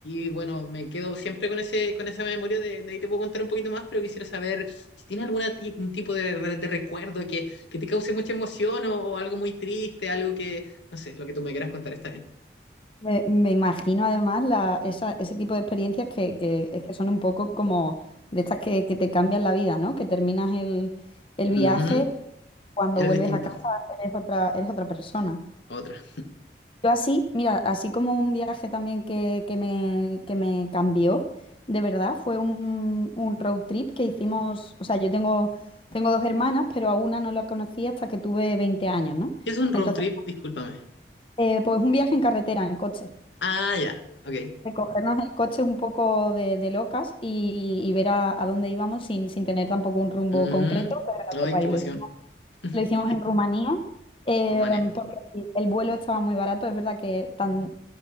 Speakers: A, on the left; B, on the left.
A: y bueno, me quedo siempre con ese, con esa memoria. De, de ahí te puedo contar un poquito más, pero quisiera saber si tiene algún tipo de, re- de recuerdo que, que te cause mucha emoción o, o algo muy triste, algo que, no sé, lo que tú me quieras contar está bien.
B: Me, me imagino además la, esa- ese tipo de experiencias que, que es que son un poco como de estas que, que te cambian la vida, ¿no? Que terminas el, el
A: Ujú,
B: viaje, cuando
A: Era
B: vuelves
A: distinto.
B: a casa eres otra, eres otra persona.
A: Otra.
B: Yo así, mira, así como un viaje también que, que me, que me cambió, de verdad, fue un, un road trip que hicimos, o sea, yo tengo, tengo dos hermanas, pero a una no la conocí hasta que tuve 20 años, ¿no?
A: ¿Qué es un road
B: Entonces,
A: trip? Discúlpame.
B: eh, pues un viaje en carretera, en coche.
A: Ah, ya, ok.
B: de cogernos el coche un poco de, de locas y, y ver a, a dónde íbamos sin, sin tener tampoco un rumbo
A: Ujú.
B: concreto, pero en nuestro
A: Ay,
B: país.
A: qué emoción.
B: Lo hicimos,
A: <laughs>
B: lo hicimos en Rumanía, eh,
A: Rumania.
B: porque el vuelo estaba muy barato. Es verdad que tan,